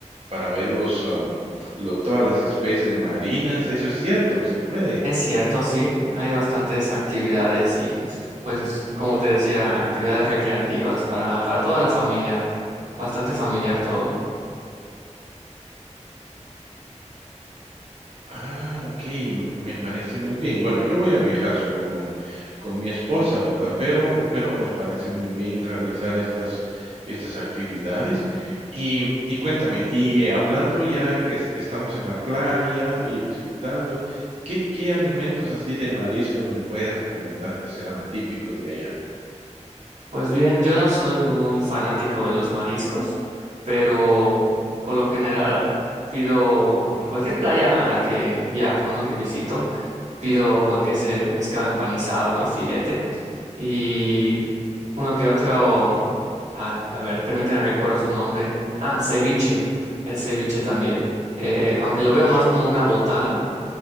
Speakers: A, on the right; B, on the right.
A: para ver los, am, lo- todas las especies marinas. Eso es cierto, se puede.
B: Es cierto, sí, hay bastantes actividades y, pues, como te decía, actividades recreativas para, para toda la familia, bastante familiar todo.
A: Ah, ok, me me parece muy bien. Bueno, yo voy a viajar solo con con mi esposa, ¿verdad? Pero pero nos parece muy bien realizar estas estas actividades. Y y cuéntame, y hablando ya que es estamos en la playa y disfrutando, ¿qué qué alimentos así de mariscos me puedes recomendar que sean típicos de allá?
B: Pues bien, yo no soy muy fanático de los mariscos, pero por lo general pido en cualquier playa a la que viajo, ¿no? Que visito, pido lo que es el pescado empanizado, ¿no? Filete y uno que otro, ah, a ver, permítame recuerdo su nombre. Ah, ceviche, el ceviche también, Eh, aunque lo veo más como una botana